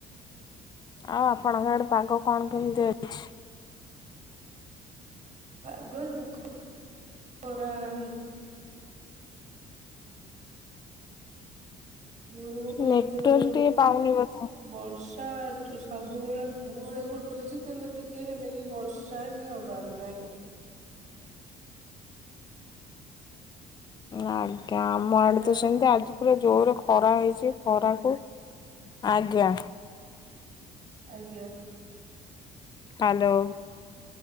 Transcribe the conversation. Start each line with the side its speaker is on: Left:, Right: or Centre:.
Left: ଆଉ ଆପଣଙ୍କଆଡେ ପାଗ କଣ କେମିତି ଅଛି
Right: ପାଗ ଦେଖ ଖରା <inaudible> ଗୁଳୁଗୁଳି
Left: ନେଟୱାର୍କ
Right: ଜୋରରେ ହଉଛି
Left: ଟିକେ ପାଉନି ବୋଧେ।
Right: ବର୍ଷ ସବୁବେଳେ ସବୁବେଳେ ଘୋଟଉଛି କିନ୍ତୁ ଟିକେ ହେଲେ ବି ବର୍ଷା ହିଁ ହବାର ନହିଁ
Left: ଆଜ୍ଞା ଆମ
Right: ହ୍ୟାଲୋ
Left: ଆଡେ ତ ସେମିତି ଆଜି ପୁରା ଜୋରରେ ଖରା ହେଇଛି ଖରାକୁ ଆଜ୍ଞା
Right: ଆଜ୍ଞା
Left: ହେଲୋ